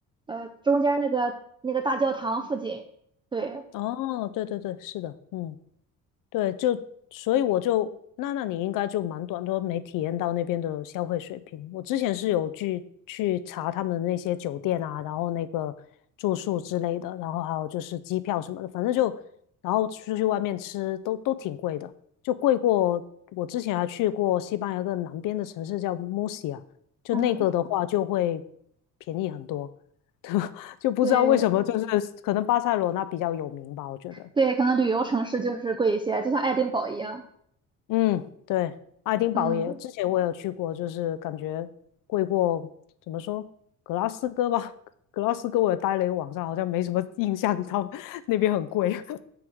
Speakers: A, on the right; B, on the left.
A: 呃中间那个那个大教堂附近，对，
B: 哦，对对对，是的，嗯。对，就所以我就那那你应该就蛮短都没体验到那边的消费水平。我之前是有去去查他们那些酒店啊，然后那个住宿之类的，然后还有就是机票什么的，反正就然后出去外面吃都都挺贵的，就贵过我之前还去过西班牙一个南边的城市叫 m u r i a 就那个的话就会
A: 嗯，
B: 便宜很多，就不知道为什么，
A: 对
B: 就是可能巴塞罗那比较有名吧，我觉得。
A: 对，可能旅游城市就是贵一些，就像爱丁堡一样，
B: 嗯，对，爱丁堡也，
A: 嗯。
B: 之前我有去过，就是感觉贵过，怎么说，格拉斯哥吧，格拉斯哥我也待了一个晚上，好像没什么印象，到 <laughs> 那边很贵。<laughs>